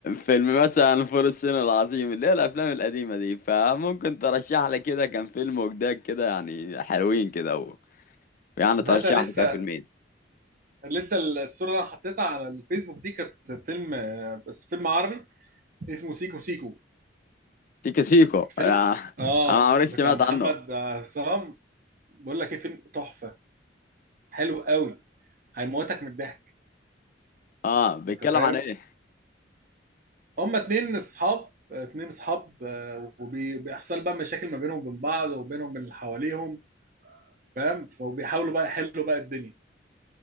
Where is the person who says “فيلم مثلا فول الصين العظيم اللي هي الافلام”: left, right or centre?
Left